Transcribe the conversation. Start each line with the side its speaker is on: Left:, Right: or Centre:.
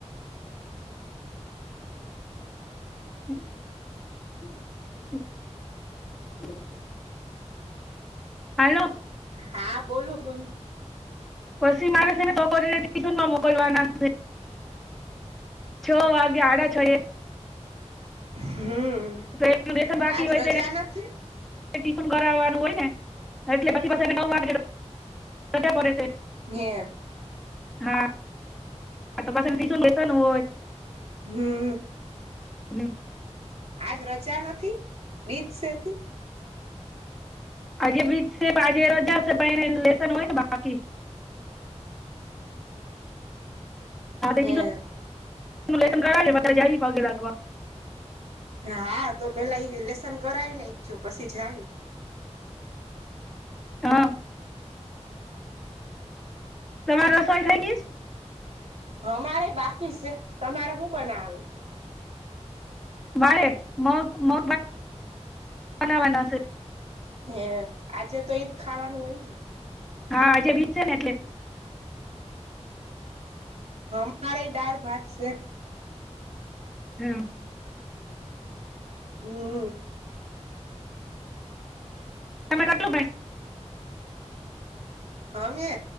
Centre: <inaudible> હલો.
Right: હા બોલો બોલો.
Centre: પછી મારે ને તો કરીને ટ્યુશન માં મોકલવા નાખશે. છ વાગે આડા છ.
Right: હમ
Centre: તો એનું લેસન બાકી
Right: આજ
Centre: હોય
Right: રજા
Centre: તો
Right: નથી?
Centre: ટ્યુશન કરાવવાનું હોય ને. એટલે પછી પાછા એને નવ વાગે રજા પડે છે
Right: યે
Centre: હા આ બસને દસ લેસન હોય.
Right: હમ્મ.
Centre: હમ્મ
Right: આજ રજા નથી બીજ સતી?
Centre: આજ બીચ આજે રજા પ લેશન હોય ને બાકી.
Right: હે
Centre: <unintelligible> લન કરાવે મા જારી પગે લાગવા.
Right: હ હા તો પેલા એ લસન કરાવી ને એક જો પછી જાય.
Centre: હ. તમારે રસોઈ થઈ ગઈસ.
Right: અમારે બાકી છે તમારે શું બનાવે.
Centre: વાળે મગ મગ બનાવાના છે.
Right: હે આજે તો ઈજ ખાવાનું હોય ને.
Centre: હા આ જે બીતશે ને એટલે.
Right: હમ હરે ડાર ભાત સે.
Centre: હ.
Right: હમ્મ
Centre: તમે કેટલુ ભાઈન.
Right: અમે